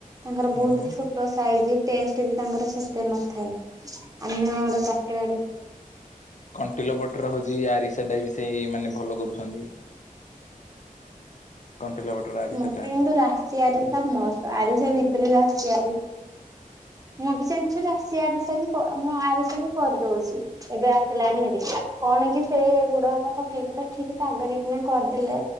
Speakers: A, on the right; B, on the left.
A: ତାଙ୍କର
B: ହଁ
A: ବହୁତ ଛୋଟ ସାଇଜ ଟେଷ୍ଟ ବି ତାଙ୍କର ସେତେ ନଥାଏ। ଅନ୍ୟ ଆଡେ କାକରା ଆଡେ।
B: କଣ୍ଟିଲୋ ପଟରେ ହୋଉଛି ଆରିସାଟା ବି ସେଇ ମାନେ ଭଲ କରୁଛନ୍ତି। କଣ୍ଟିଲ ପଟର ଆରିସାଟା
A: ମତେ କିନ୍ତୁ ରାଶି ଆରି। ସବ ମସ୍ତ ଆରିସା ଭିତରେ ଆସି ଆରିା ମୁଁ ବି ଜାଣିଛି ଆସି ଆରିସା। ମୁଁ ଆରିସା ବି କରିଦେଉଛି। ଏବେ ଆସିଲାଣି ହେରି କଣ କି ସେ ବୁଢାବାପା ପକେଇକି ତ ଠିକ ତାଗରେ କିନା କରିଦ ଥିଲେ।